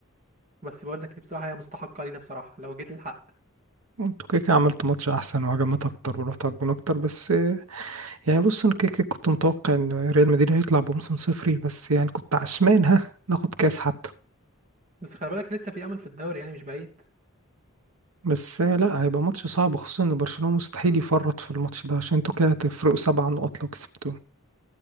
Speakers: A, on the right; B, on the right.
A: بس بقول لك إيه، بصراحه هي مستحقه لينا بصراحه لو جيت الحق
B: انتوا كده كده عملتوا ماتش احسن وهجمات اكتر ورحتوا على الجون اكتر بس آه، يعني بص انا كده كده كنت متوقع ان ريال مدريد هيطلع بموسم صفري بس يعني كنت عشمان ها ناخد كاس حتى
A: بس خلي بالك لسه في امل في الدوري يعني مش بعيد
B: بس آه، لا هيبقى ماتش صعب خصوصا ان برشلونة مستحيل يفرط في الماتش ده عشان انتوا كده هتفرقوا سبع نقط لو كسبتوه